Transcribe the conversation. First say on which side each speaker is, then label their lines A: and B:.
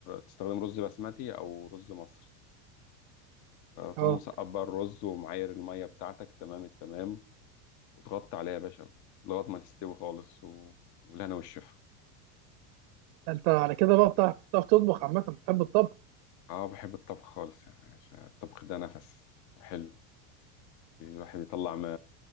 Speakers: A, on the left; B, on the right.
A: تستخدم رز بسمتي أو رز مصري آه، تقوم
B: اه
A: مصبر الرز ومعاير المية بتاعتك تمام التمام وتغطي عليها يا باشا لغاية ما تستوي خالص و... والهنا والشفا
B: انت على كده بقى بتعرف بتعرف تطبخ عامه بتحب الطبخ
A: اه بحب الطبخ خالص يعني عشان الطبخ ده نفس وحلو الواحد يطلع ما